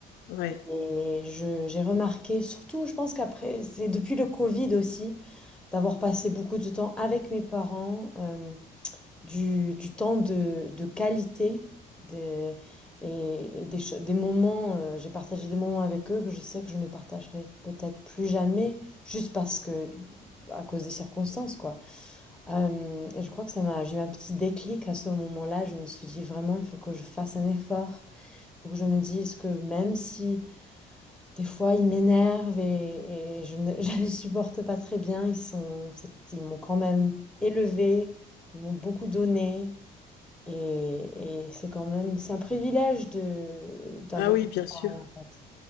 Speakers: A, on the left (about 75°); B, in the centre.
A: Ouais.
B: Et je, j'ai remarqué, surtout, je pense qu'après, c'est depuis le Covid aussi, d'avoir passé beaucoup de temps avec mes parents. euh, du, du temps de, de qualité des, et, et des, cho- des moments, euh, j'ai partagé des moments avec eux que je sais que je ne partagerai peut-être plus jamais, juste parce que, à cause des circonstances, quoi. Euh, et je crois que ça m'a, j'ai eu un petit déclic à ce moment-là, je me suis dit vraiment, il faut que je fasse un effort, il faut que je me dise que même si des fois ils m'énervent et, et je ne <laughs> je les supporte pas très bien, ils sont, c'est- ils m'ont quand même élevé, ils m'ont beaucoup donné. Et, et c'est quand même, c'est un privilège de d'avoir
A: Ah oui,
B: des
A: bien
B: parents
A: sûr.
B: en fait.